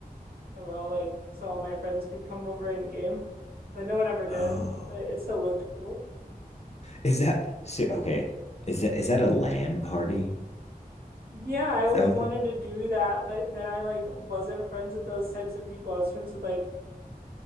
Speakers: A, on the right (about 80°); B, on the left (about 45°).
A: that were all like so all my friends could come over and game. But no one ever did,
B: Oh,
A: but it still looked cool.
B: is that so? Okay. Is that is that a LAN party?
A: Yeah, I
B: Is
A: always
B: that what
A: wanted
B: the?
A: to do that, but then I like wasn't friends with those types of people. I was friends with like